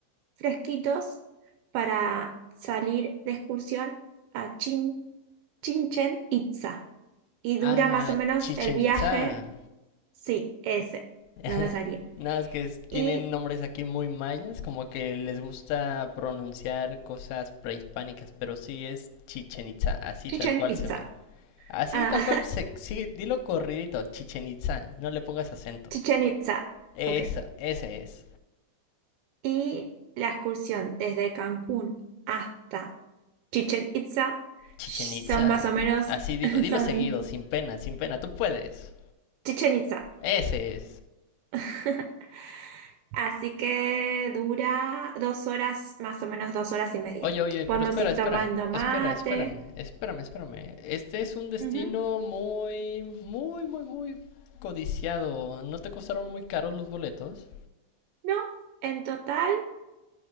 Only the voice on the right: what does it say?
fresquitos para salir de excursión a Chin, Chichen Itza. Y dura
más o menos
el viaje,
sí, ese,
no me salía.
Y
Chichen
Itza.
Ah,
<laughs> Chichen Itza,
ok.
Y la excursión desde Cancún hasta Chichen Itza
son
más o menos,
<laughs>
son
Chichen Itza.
<laughs> Así que dura dos horas, más o menos dos horas y media.
Podemos
ir
tomando mate.
Ujú.
No, en total,